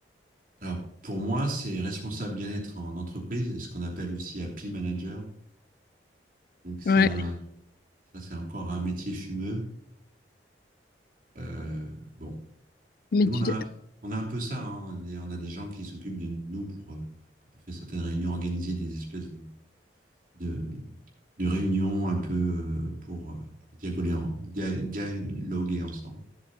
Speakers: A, on the right; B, on the left.
A: Alors, pour moi, c'est responsable bien-être en entreprise, ce qu'on appelle aussi happy manager. Donc, c'est
B: Ouais.
A: un, ça, c'est encore un métier fumeux. Euh, bon,
B: Mais,
A: Nous,
B: tu,
A: on a, on a un peu ça. hein. On a des- on a des gens qui s'occupent de nous pour, euh, quand on fait certaines réunions, organiser des espèces de, de, de réunions un peu euh, pour, euh, pour dialoguer, en- dia- dialoguer ensemble.